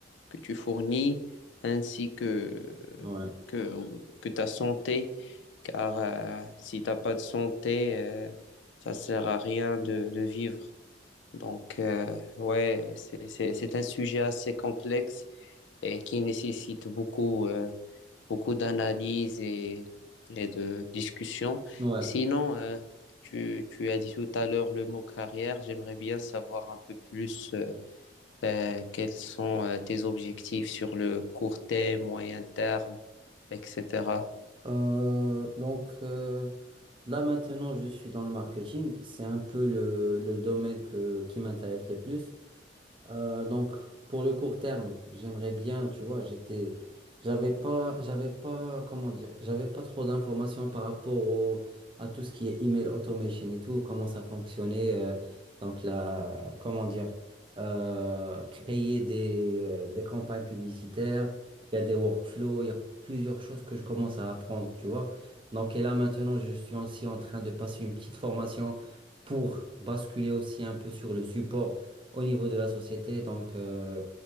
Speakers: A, on the left; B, on the right.
A: que tu fournis ainsi que,
B: Ouais,
A: que, que ta santé. Car euh, si t'as pas de santé, euh, ça sert à rien de, de vivre. Donc, euh, ouais, c'est, c'est, c'est un sujet assez complexe et qui nécessite beaucoup. euh, beaucoup d'analyses et, et de discussions.
B: ouais.
A: Sinon, euh, tu, tu as dit tout à l'heure le mot carrière. J'aimerais bien savoir un peu plus euh, euh, quels sont euh, tes objectifs sur le court terme, moyen terme, etc.
B: Euh, donc euh, là maintenant je suis dans le marketing, c'est un peu le, le domaine que, qui m'intéresse le plus. Euh, donc, pour le court terme, j'aimerais bien, tu vois, j'étais, j'avais pas, j'avais pas, comment dire, j'avais pas trop d'informations par rapport au, à tout ce qui est email automation et tout, comment ça fonctionnait. euh, donc là, comment dire, euh, créer des, euh, des campagnes publicitaires, il y a des workflows, il y a plusieurs choses que je commence à apprendre, tu vois. Donc, et là, maintenant, je suis aussi en train de passer une petite formation pour basculer aussi un peu sur le support au niveau de la société. Donc, euh,